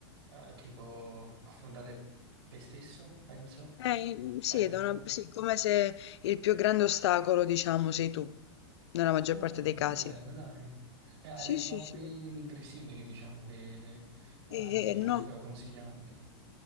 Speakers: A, on the right; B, on the left.
A: eh, tipo affrontare te stesso, penso.
B: Eh,
A: Sai
B: sì,
A: che
B: da
A: comunque...
B: una- sì, come se il più grande ostacolo, diciamo, sei tu, nella maggior
A: Ah,
B: parte dei
A: che
B: casi.
A: bello, dai. E hai
B: Sì,
A: letto
B: sì,
A: altri
B: sì.
A: libri simili, diciamo, che, eh,
B: E,
A: che
B: e
A: puoi
B: no.
A: co- consigliarmi?